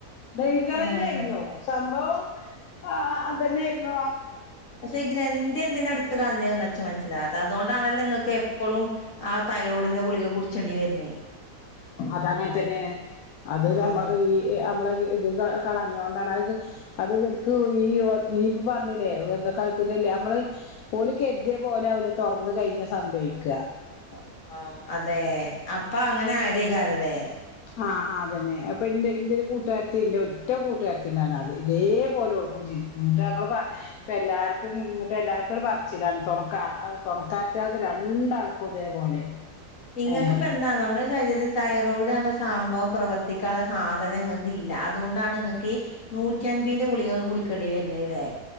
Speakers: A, on the left (about 70°); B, on the left (about 55°).
A: ഡെയ്ൻജെറെന്നേഞ്ഞോ?
B: ഏഹ്
A: സംഭവംഅ ആ അതെ ന്നേര്ന്നോ?
B: പക്ഷെ ഇ ഗ്രന്ഥി എന്തിനാ എട്ത്ത് കളഞ്ഞതന്ന ച്ചു മനസ്സിലാആത്ത അതോണ്ടാണല്ലോങ്ങക്ക് എപെളും ആ തൈറോഡിന്ന് ഗുളിക കുടിച്ചെണ്ടി വര്ണേ.
A: അത് അങ്ങൻ തന്നേണ് അത്
B: ആഹ്
A: രമ്മഹ് ഈ എ അ മ്മളെ ഇ ഇത് ക കളഞ്ഞോണ്ടാണ് അഹ്ക് അത് ഇത്ൽക് ഈ ഒ അഹ് രീപ്പ പർഞ്ഞിലെ വെർതെ ക പിന്നെല്ലെ അമ്മള് ഓല് കെര്ദ്യെ പോലെ ആവുല തൊർന്ന് കഴിഞ്ഞ സംഭവിക്ക.
B: അ ആ അതേ അപ്പ അങ്ങനെ ആയതേയ്കാരം ല്ലെ
A: ആ ആ അതന്നെ അപ്പൊ ഇന്റെ ഇന്റെ ഒരു കൂട്ടുകാരത്തി ഇന്റെ ഒറ്റ കൂട്ടുകാരത്തിണ്ടാന്ന് അത് ഇതേപലെഓൾക്കും ചെയ് ഇപ്പം എല്ലാർക്കും എല്ലാർക്കും ഒരു പറച്ചിലാ തൊണക്ക തൊണക്കാ ത് രണ്ടാൾക്കും ഇതേപോലെ
B: ഇങ്ങ‌ക്കിപ്പ
A: ഏഹ്
B: എന്താണോ ഇങ്ങൾ ടെ ശരീരത്തിൽ തൈറോയിഡ് എന്ന സംഭവം പ്രവർത്തിക്കാള്ള സാധനം ഇങ്ങ‌ക്കില്ല അതുകൊണ്ടാണ് ഇങ്ങക്കീ നൂറ്റൻമ്പീന്റെ ഗുളിക കുടിക്കേണ്ടി വര്ണേല്ലേ